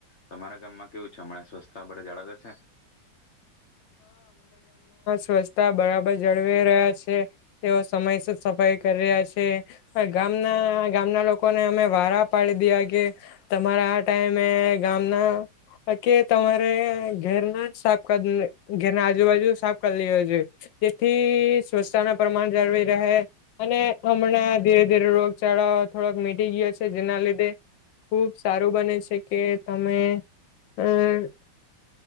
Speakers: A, on the left; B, on the left.
A: તમારા ગામમાં કેવું છે હમણાં, સ્વસ્થા બધે જાળવતા છે?
B: સ્વસતા બરાબર જળવી રહ્યા છે. તેઓ સમય સુ સફાઈ કરી રહ્યા છે. આ ગામના, ગામના લોકોને અમે વારા પાડી દિયા કે તમારા આ ટાઈમે ગામના, કે તમારે ઘેરનાજ સાફ <unintelligible> ધેરના આજુબાજુ સાફ કર લેઓ જોઈએ જેથી સ્વસતાનો પ્રમાણ જળવી રહે અને અમને ધીરે ધીરે રોગચાળો થોડોક મીટી ગ્યો છે જેના લીધે ખુબ સારું બને છે કે તમે અહ અહ